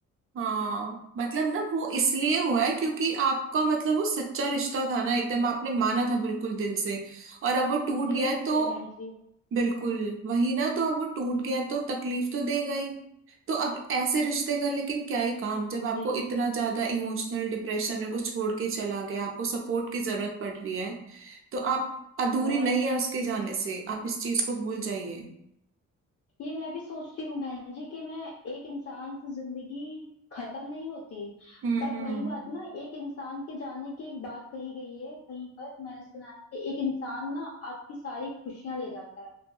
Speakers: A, on the right (about 45°); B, on the left (about 50°).
A: हाँ मतलब ना वो इसलिए हुआ है क्योंकि आपका मतलब वो सच्चा रिश्ता था ना एकदम आपने माना था बिल्कुल दिल से और अब वो टूट
B: दिल
A: गया है तो
B: से बहन जी
A: बिल्कुल वही ना तो अब वो टूट गया है, तो तकलीफ तो देगा ही तो अब ऐसे रिश्ते का लेकिन क्या ही काम जब आपको
B: जी
A: इतना ज्यादा इमोशनल डिप्रेशन में वो
B: जी
A: छोड़ के चला गया आपको सपोर्ट की जरूरत पड़ रही है तो आप अधूरी
B: बहुत
A: नहीं है उसके जाने से आप इस चीज को भूल जाइए
B: ये मैं भी सोचती हूँ बहन जी कि मैं एक इंसान से जिंदगी खत्म नहीं होती
A: हम्म
B: पर
A: हम्म
B: वही बात ना एक इंसान के जाने की एक बात कही गई है कहीं पर मैंने सुना है कि एक इंसान ना आपकी सारी खुशियां ले जाता है